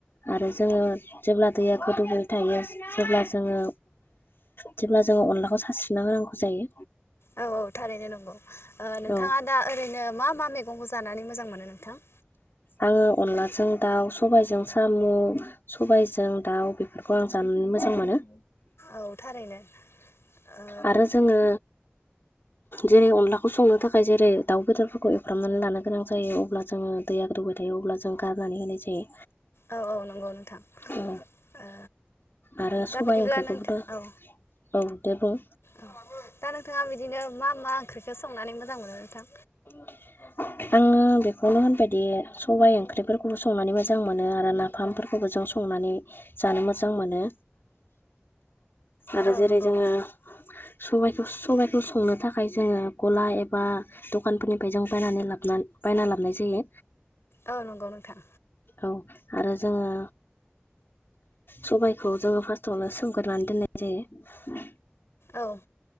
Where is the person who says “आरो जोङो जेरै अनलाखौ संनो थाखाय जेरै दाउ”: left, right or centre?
Left